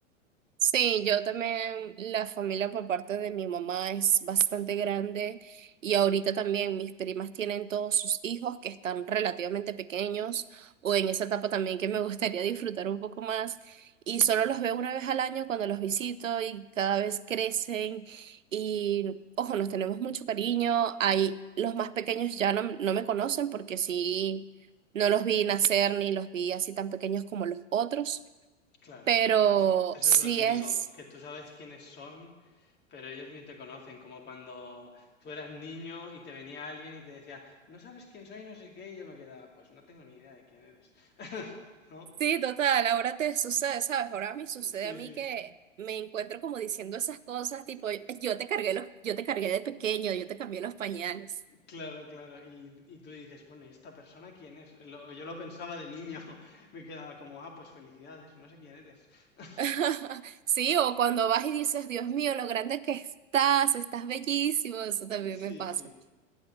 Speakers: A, on the right (about 75°); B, on the left (about 25°).
A: Sí, yo también, la familia por parte de mi mamá es bastante grande y ahorita también mis primas tienen todos sus hijos que están relativamente pequeños o en esa etapa también que me <laughs> gustaría disfrutar un poco más y solo
B: Hmm.
A: los veo una vez al año cuando los visito y cada vez crecen y ojo, nos tenemos mucho cariño. Hay los más pequeños ya no, no me conocen porque sí, no los vi nacer ni los vi así tan pequeños como los otros
B: Claro,
A: pero
B: eso, eso
A: sí
B: es lo típico,
A: es,
B: que tú sabes quiénes son, pero ellos ni te conocen, como cuando tú eras niño y te venía alguien y te decía, no sabes quién soy, no sé qué, y yo me quedaba, pues no tengo ni idea de quién eres, <laughs> ¿no?
A: sí, total, ahora te sucede, ¿sabes? Ahora me sucede
B: Sí,
A: a mí
B: sí,
A: que me encuentro como diciendo esas cosas, tipo, yo te cargué los, yo te cargué de pequeño, yo te cambié los pañales.
B: claro, claro. Y, y tú dices, bueno, ¿y esta persona quién es? Lo- yo lo pensaba de niño, <laughs> me quedaba como, ah, pues felicidades, no sé quién eres. <laughs>
A: <laughs> Sí, o cuando vas y dices, Dios mío, lo grande que estás, estás bellísimo, eso también me
B: Sí,
A: pasa.
B: sí,